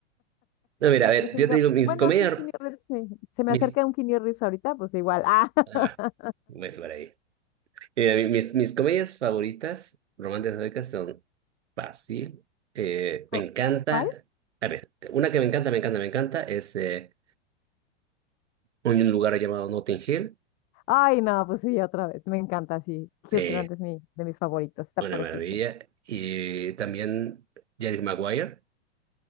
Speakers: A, on the right; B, on the left.
A: No, mira, a ver,
B: Dije
A: yo
B: yo,
A: te digo, mis
B: bueno,
A: comedias,
B: sí, un Keanu Reeves, sí. Se me
A: mis.
B: acerca un Keanu Reeves ahorita, pues igual. Ah, <laughs>
A: Ah, pues por ahí. Mira, mi- mis, mis comedias favoritas, románticas históricas, son fácil. eh,
B: ¿cu-
A: me encanta.
B: ¿cuál?
A: A ver, una que me encanta, me encanta, me encanta es. eh, en un lugar llamado Notting Hill.
B: Ay, no, pues sí, otra vez. Me encanta, sí.
A: Sí,
B: Hugh Grant es mi, de mis favoritos. Está
A: una
B: precioso.
A: maravilla. Y también Jerry Maguire.